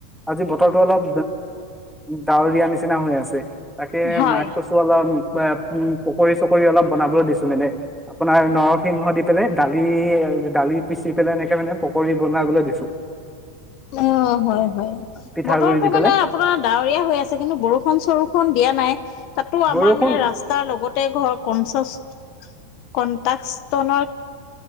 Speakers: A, in the centre; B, on the left.
A: আজি বতৰটো অলপ ডাৱৰীয়া নিচিনা হৈ আছে, তাকে
B: হয়।
A: মাক কচু অলপ উম পকৰি চকৰি অলপ বনাবলৈ দিছো মানে, আপোনাৰ নৰসিংহ দি পলে দালি দালি পিচি পেলাই এনেকে মানে পকৰী বনাবলৈ দিছো।
B: অঁ, হয় হয়,
A: পিঠাগুৰি
B: বতৰটো
A: দি পেলাই
B: মানে আপোনাৰ ডাৱৰীয়া হৈ আছে কিন্তু বৰষুণ চৰ ফোন দিয়া নাই তাতো আমাৰ
A: বৰষুণ
B: মানে ৰাস্তাৰ লগতে ঘৰ, কনচ কনটাকছকনৰ